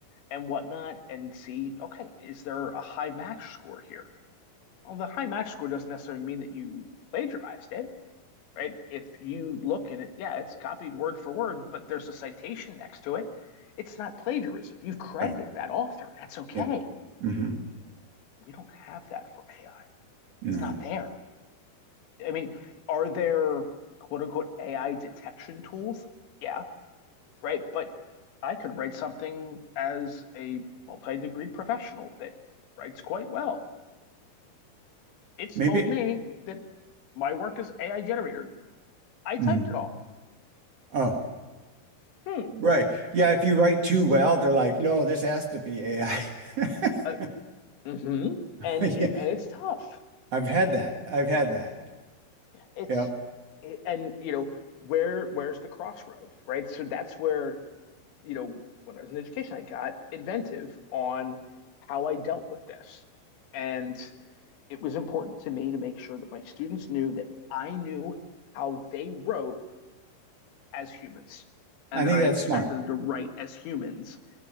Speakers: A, on the left (about 80°); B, on the right (about 50°).
A: and whatnot and see, okay, is there a high match score here? Well, the high match score doesn't necessarily mean that you plagiarized it. right? If you look at it, yeah, it's copied word for word, but there's a citation next to it. It's not plagiarism. You've credited
B: Right.
A: that author. That's okay.
B: Yeah. hmm
A: We don't have that for AI.
B: No.
A: It's not there. I mean, are there quote unquote AI detection tools? Yeah, right. But I could write something as a multi-degreed professional that writes quite well. It's
B: Maybe.
A: told me that my work is AI generated. I typed
B: mhm.
A: it all.
B: Oh,
A: Hmm.
B: right. Yeah, if you write too well, they're like, no, this has to be AI. <laughs>
A: Uh, hmm And
B: Yeah,
A: and it's tough.
B: I've had that. I've had that.
A: It's
B: Yep.
A: and you know where where's the crossroads, right? So that's where you know when I was in education, I got inventive on how I dealt with this, and it was important to me to make sure that my students knew that I knew how they wrote as humans, and
B: I
A: that
B: think
A: I
B: that's
A: expected
B: smart.
A: them to write as humans.